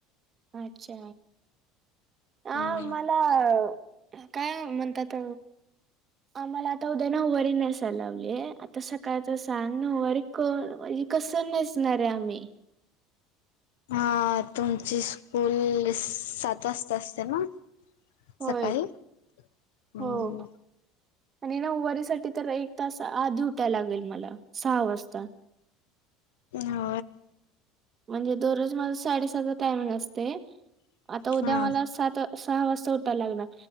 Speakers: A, on the right; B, on the left.
A: अच्छा ह
B: होय
A: मला अ काय म्हणतात आम्हाला आता उद्या ना हवारी नसाय लावली आता सकाळच सांग ना होवारी कर म्हणज कस नेचणार आहे आम्ही
B: हा तुमची स्कूल सात वाजता असते ना
A: होय
B: सकाळी हम्म
A: हो आणि ना उवारीसाठी तर एक तास आधी उट्या लागेल मला सहा वाजता
B: हो
A: म्हणजे दररोज माझ साडेसातचा टायमिंग असते आता उद्या
B: हा
A: मला सात सहा वाजता उठायला लागणार